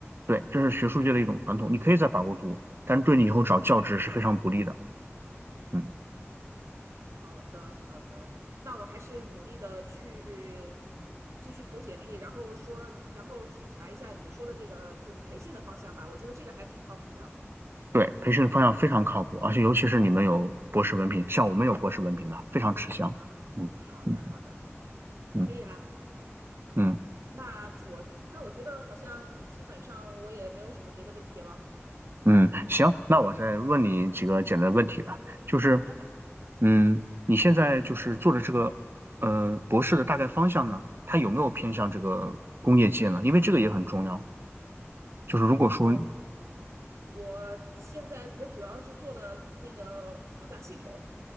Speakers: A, on the right (about 50°); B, on the right (about 85°).
A: 对，这是学术界的一种传统。你可以在法国读，但是对你以后找教职是非常不利的。嗯，
B: 好的，好的，那我还是努力的去继续投简历，然后说，然后去查一下你说的这个就是培训的方向吧，我觉得这个还挺靠谱的
A: 对，培训方向非常靠谱，而且尤其是你们有博士文凭，像我们有博士文凭的，非常吃香。
B: 啊。
A: 嗯嗯。
B: 好的，好的，
A: 嗯
B: 可以啦。
A: 嗯。
B: 那我那我觉得好像基本上我也没有什么别的问题了。
A: 嗯，行，那我再问你几个简单的问题吧，就是，
B: 好的。
A: 嗯，你现在就是做的这个，呃，博士的大概方向呢，它有没有偏向这个工业界呢？因为这个也很重要。就是如果说，
B: 哦，我现在我主要是做的那个复杂系统，